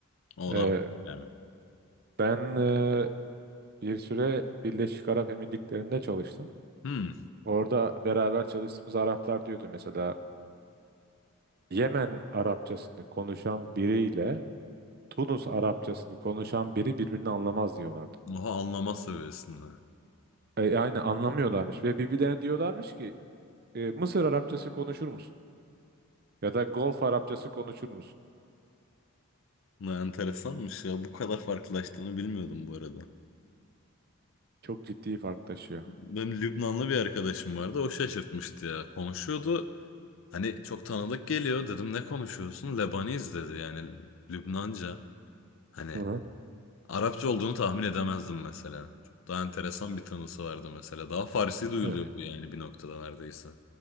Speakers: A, on the left (about 60°); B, on the right (about 45°).
A: O
B: Ee,
A: da var yani.
B: ben e, bir süre Birleşik Arap Emirlikleri'nde çalıştım.
A: Hmm.
B: Orada beraber çalıştığımız Araplar diyordu mesela Yemen Arapçasını konuşan biriyle Tunus Arapçasını konuşan biri birbirini anlamaz diyorlardı.
A: Oha anlama seviyesinde.
B: E, yani anlamıyorlarmış ve birbirlerine diyorlarmış ki e, Mısır Arapçası konuşur musun? Ya da Golf Arapçası konuşur musun?
A: Ne enteresanmış ya. Bu kadar farklılaştığını bilmiyordum bu arada.
B: Çok ciddi fark taşıyor.
A: Benim Lübnanlı bir arkadaşım vardı. O şaşırtmıştı ya. Konuşuyordu. Hani çok tanıdık geliyor. Dedim ne konuşuyorsun? Lebaniz dedi yani. Lübnanca. Hani
B: Hı hı.
A: Arapça olduğunu tahmin edemezdim mesela. Çok daha enteresan bir tanısı vardı mesela. Daha Farsi duyuluyordu
B: E,
A: yani bir noktada neredeyse.